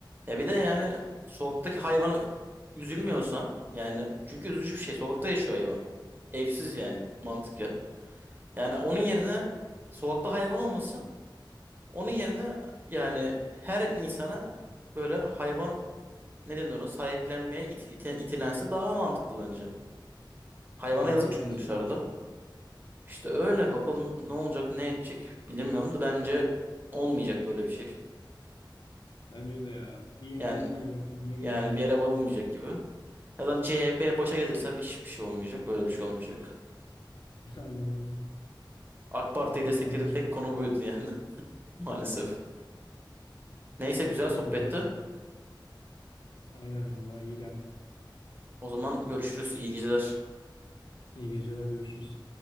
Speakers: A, on the right (about 25°); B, on the left (about 65°).
A: Ya bir de yani sokaktaki hayvana üzülmüyorsan yani çünkü üzücü bir şey. Sokakta yaşıyor hayvan. Evsiz yani mantık ya. Yani onun yerine sokakta hayvan olmasın. Onun yerine yani her insana böyle hayvan ne denir ona sahiplenmeye it- ite- itilense daha mantıklı bence. Hayvana
B: Bence
A: yazık çünkü
B: de kesinlikle
A: dışarıda.
B: ya.
A: İşte öyle bakalım ne olacak ne edecek bilemiyorum da bence olmayacak böyle bir şey.
B: Bence de ya. Bir yere
A: Yani
B: varılmayacak gibime geliyor.
A: yani bir yere varılmayacak gibi. Ya da CHP başa gelirse bir- hiçbir şey olmayacak böyle bir şey olmayacak.
B: <laughs> Aynen öyle.
A: AK Parti'yi
B: Bakalım
A: desteklerin
B: hayırlısı.
A: tek konu buydu yani <laughs> maalesef. Neyse güzel
B: Bakalım
A: sohbetti.
B: ya. Aynen vallahi iyi geldi.
A: O zaman görüşürüz. İyi geceler.
B: İyi geceler görüşürüz.